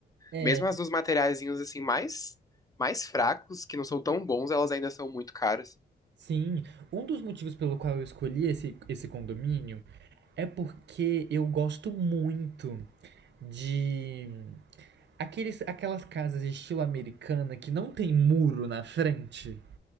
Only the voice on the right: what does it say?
É,
sim. Um dos motivos pelo qual eu escolhi esse, esse condomínio é porque eu gosto muito de aqueles, aquelas casas estilo americana que não tem muro na frente.